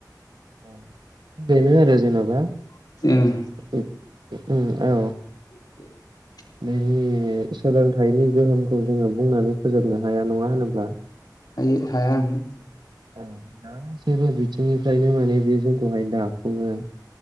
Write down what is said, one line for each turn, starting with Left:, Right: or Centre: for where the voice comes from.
Right: अ बेनो आरो जेनबा
Left: जों
Right: ओ ओ औ अ
Left: <inaudible>
Right: बेनि सोलोंथाइनि गोहोमखौ जोङो बुंनानै फोजोबनो हाया नङा होनोब्ला
Left: ओ हाया उमहो
Right: औ गासैबो बिथिंनिफ्रायनो माने बे जोंखौहाय दाफुङो।